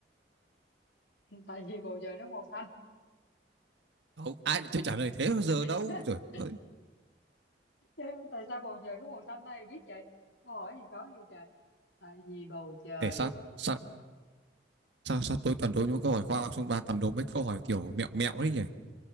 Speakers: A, on the left; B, on the right.
A: <laughs> Tại vì bầu trời nó màu xanh.
B: không ai lại chơi trả lời thế bao giờ
A: <laughs>
B: đâu rồi ơi
A: Chứ tại sao bầu trời có màu xanh đây? Biết vậy. Câu hỏi gì khó hay trời? Tại vì bầu trời...
B: để sao sao sao sao tôi toàn đố những câu hỏi khoa học xong bà toàn đố mấy câu hỏi kiểu mẹo mẹo đấy nhỉ